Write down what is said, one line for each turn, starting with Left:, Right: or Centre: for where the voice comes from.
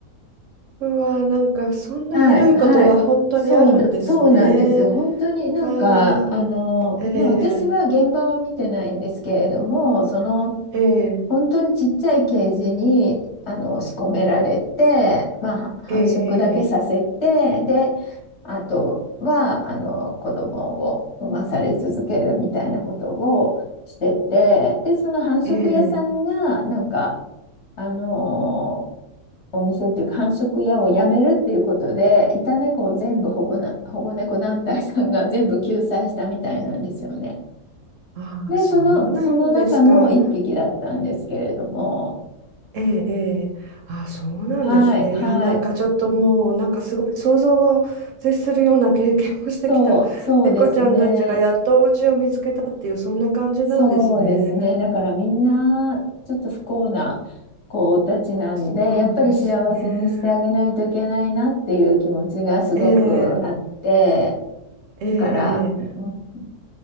Right: うわ、なんかそんなひどいことが本当にあるんですね。
Left: はい、はい。そうな、そうなんですよ。本当になんか、
Right: わあ、
Left: あの、
Right: ええ、
Left: まあ私は現場は見てないんですけれども、その、
Right: ええ、
Left: 本当にちっちゃいケージに、あの、仕込められて、まあは繁殖だけさせて、
Right: ええ、ええ。
Left: で、あとは、あの、子供を産まされ続けるみたいなことをしてて、で、その繁殖屋さんが、
Right: ええ
Left: なんか、あのお店っていうか繁殖屋をやめるっていうことで、いた猫を全部保護な、保護猫団体さんが全部救済したみたいなんですよね。
Right: ああ、
Left: で、
Right: そうなんですか。
Left: その、その中の一匹だったんですけれども、
Right: ええ、ええ。ああ、そうなんですね。
Left: はい、はい、
Right: いや、なんかちょっともう、なんかすごい想像を絶するような経験をしてきた。
Left: そう、そうですね。
Right: 猫ちゃんたちがやっとお家を見つけたっていう、そんな感じなんですね。
Left: そうですね。だからみんな、ちょっと不幸な子たちなんで、
Right: そうですね。
Left: やっぱり幸せにしてあげないといけないなっていう気持ちがすごくあって、
Right: ええええええ
Left: だから、うん、